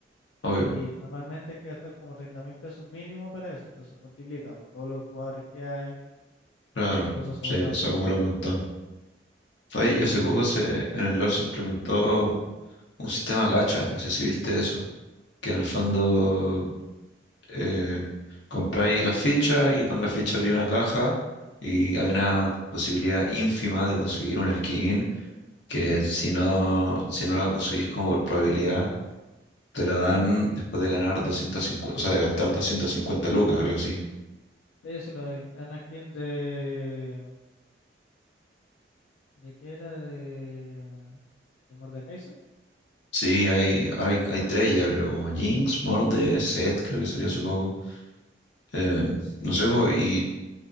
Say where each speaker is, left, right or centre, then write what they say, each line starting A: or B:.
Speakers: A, on the left (about 70°); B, on the left (about 80°).
A: obvio,
B: Y normalmente es que gastar como treinta mil pesos mínimo para eso. Entonces multiplica por todos los jugadores que hay.
A: claro.
B: eh, el pozo se
A: Sí,
B: vuelve
A: pues,
B: absurdo.
A: se acumula un montón.
B: Sí.
A: Oye, y hace poco se, en el LoL se implementó un sistema gacha, no sé si viste eso, que en el fondo eh, compráis la ficha y con la ficha abrí una caja y hay una posibilidad ínfima de conseguir una skin que si no, si no la conseguís como por probabilidad, te la dan después de ganar 250 o sea, de gastar 250 lucas, algo así.
B: Entonces se lo vi. Anakin de... ¿De qué era? De... ¿De Mordekaiser?
A: Sí, hay, ahora hay, hay tres ya, creo, como Jinx, Morde, Zed, creo que salió hace poco. Eh, no sé, po, y